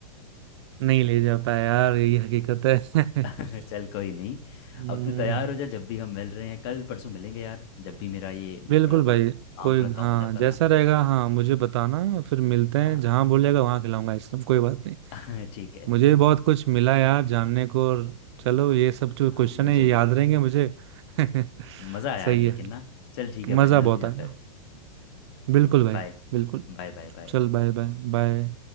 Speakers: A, on the right (about 50°); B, on the left (about 50°).
A: नहीं ले जा पाया यार यही हकीकत है
B: <laughs>
A: <laughs>
B: चल कोई नहीं
A: हम्म,
B: अब तू तैयार हो जा जब भी हम मिल रहे हैं कल परसों मिलेंगे यार जब भी मेरा ये
A: बिल्कुल
B: थोड़ा बहुत
A: भाई
B: काम
A: कोई
B: थोड़ा कम
A: हाँ
B: हो जाता
A: जैसा
B: ना
A: रहेगा हाँ मुझे बताना फिर मिलते
B: हाँ
A: हैं जहाँ बोलेगा वहां खिलाऊंगा आइसक्रीम कोई बात नहीं
B: <laughs> ठीक है
A: मुझे भी बहुत कुछ मिला यार जानने को और चलो ये सब जो
B: हाँ
A: क्वेश्चन
B: मुझे
A: है ये
B: भी
A: याद रहेंगे मुझे <laughs> सही
B: मज़ा आया यार लेकिन
A: है
B: ना चल ठीक है
A: मजा
B: भाई
A: बहुत
B: मिलते हैं
A: आया
B: फिर
A: बिल्कुल भाई
B: बाय
A: बिल्कुल
B: Bye bye bye
A: चल बाय बाय बाय